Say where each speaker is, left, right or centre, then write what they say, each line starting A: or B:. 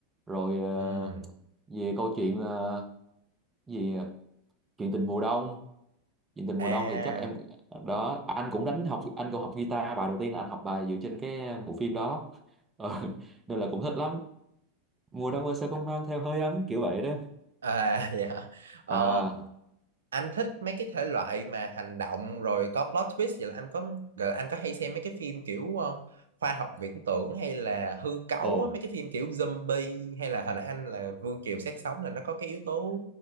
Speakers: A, on the right; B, on the right.
A: rồi ờ,
B: Ừ.
A: về câu chuyện ờ, gì chuyện tình mùa đông chuyện tình
B: À,
A: mùa đông thì chắc em đó anh cũng đánh học anh cũng học guitar bài đầu tiên là anh học bài dựa trên cái bộ phim đó <laughs> Ờ, nên là cũng thích lắm mùa đông ơi sao không mang theo hơi ấm kiểu vậy đó
B: à <laughs> dạ. Ờ,
A: à
B: anh thích mấy cái thể loại mà hành động rồi có plot twist vậy là anh có gọi là anh có hay xem mấy cái phim kiểu ờ, khoa học viễn tưởng hay là hư cấu
A: ồ
B: á, mấy cái phim kiểu zombie hay là hồi nãy anh là Vương Kiều Xác Sống là nó có cái yếu tố